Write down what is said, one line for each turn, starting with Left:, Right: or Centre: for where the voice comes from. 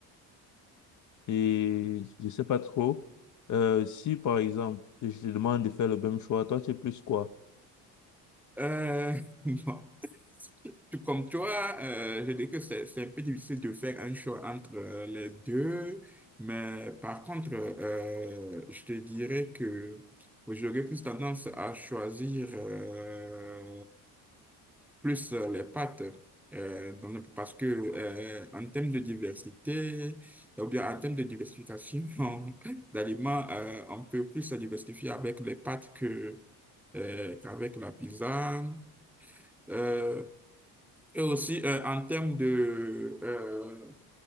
Left: Et je sais pas trop. Euh, si, par exemple, je te demande de faire le même choix, toi, tu es plus quoi?
Centre: Euh, <laughs> bon, tout comme toi, euh, je dis que c'est c'est un peu difficile de faire un choix entre euh, les deux, mais par contre, euh, je te dirais que j'aurais plus tendance à choisir euh, plus euh, les pâtes. euh, dans le- parce que euh, en termes de diversité, euh, ou bien en termes de diversification <laughs> d'aliments, euh, on peut plus se diversifier avec les pâtes que, euh, qu'avec la pizza. Euh, et aussi euh, en termes de, euh,